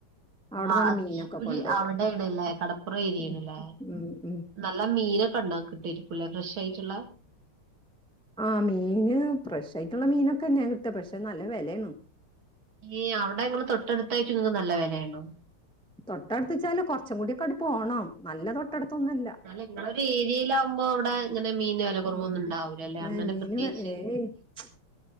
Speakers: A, in the centre; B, on the right (about 65°).
A: അവിടന്നാണ്
B: ആഹ്
A: മീനൊക്കെ
B: തൃശ്ശൂര്
A: കൊണ്ടുവരാ
B: അവിടെയാണല്ലേ കടപ്പുറം ഏരിയയാണല്ലേ
A: ഉം ഉം ഉം
B: നല്ല മീനൊക്കെ ഉണ്ടാ കിട്ടായിരിക്കൂല്ലേ ഫ്രഷ് ആയിട്ടുള്ള
A: ആ മീന് ഫ്രഷ് ആയിട്ടുള്ള മീനൊക്കെന്നെയാ കിട്ടാ പക്ഷെ നല്ല വെലയാണ്.
B: ഈ അവിടെ നിങ്ങള് തൊട്ടടുത്തായിട്ടും നല്ല വിലയാണോ
A: തൊട്ടടുത്ത്ച്ചാല് കുറച്ചും കൂടിയൊക്കെ അങ്ങട്ട് പോണം നല്ല തൊട്ടടുത്തൊന്നും അല്ല
B: എന്നാലും നിങ്ങളൊരു ഏരിയിലാവുമ്പോ അവിടെ ഇങ്ങനെ മീൻ വില കുറവൊന്നും
A: ഉം
B: ഉണ്ടാവില്ല അല്ലെ അങ്ങനെ
A: മീന്
B: പ്രത്യേകിച്ച്
A: ഏയ് ച്ചി